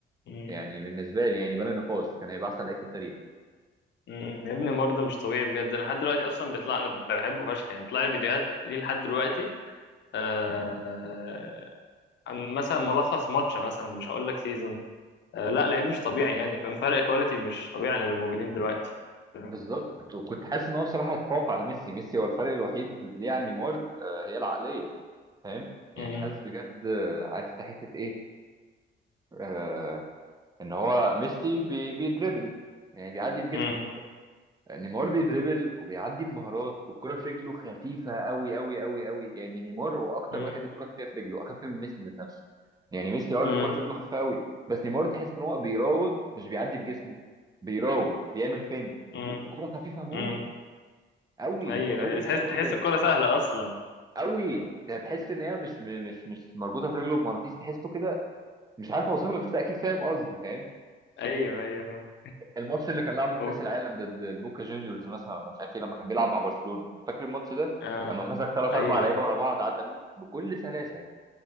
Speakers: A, on the left (about 65°); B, on the right (about 20°).
A: مم.
B: يعني بالنسبة لي يعني بلا نقاش كان هيبقى أحسن لعيب في التاريخ
A: مم. يا ابني برضه مش طبيعي بجد لحد دلوقتي اصلا بيطلع انا بحبه فشخ يعني بيطلع لي فيديوهات ليه لحد دلوقتي آه، عن مثلا ملخص ماتش مثلا مش هقول لك سيزون آه، لا لعيب مش طبيعي يعني فاهم فرق كواليتي مش طبيعي عن اللي موجودين دلوقتي فاهم
B: بالظبط وكنت حاسس إن هو بصراحة هيتفوق على ميسي ميسي هو الفرق الوحيد ليه عن نيمار آه، هي العقلية فاهم يعني
A: مم،
B: حاسس بجد آه، عارف أنت حتة إيه آه إن هو ميسي بي- بيدربل يعني بيعدي بجسمه
A: مم،
B: نيمار بيدريبل وبيعدي بمهارات والكرة في رجله خفيفة قوي قوي قوي قوي يعني نيمار هو أكتر
A: مم،
B: واحد الكرة خفيفة في رجله أخف من ميسي ذات نفسه يعني ميسي أه
A: مم،
B: الكرة في رجله خفيفة قوي بس نيمار تحس إن هو بيراوغ مش بيعدي بجسمه بيراوغ بيعمل فين
A: مم،
B: والكرة خفيفة موت
A: مم.
B: قوي
A: ايوه
B: قوي
A: أيوة. تحس
B: بشكل
A: تحس الكوره سهله اصلا
B: قوي انت هتحس ان هي مش مش مش مربوطه في رجله بمغناطيس تحسه كده مش عارف اوصف لك بس اكيد فاهم قصدي فاهم
A: ايوه ايوه
B: الماتش اللي كان لعبه في
A: و...
B: كاس العالم ضد البوكا جونيورز مثلا ولا مش عارف ايه لما كان بيلعب مع برشلونه فاكر الماتش ده
A: آه.
B: اما مسك ثلاث
A: ايوه
B: اربع لعيبه
A: ايوه
B: ورا بعض عدى منهم بكل سلاسه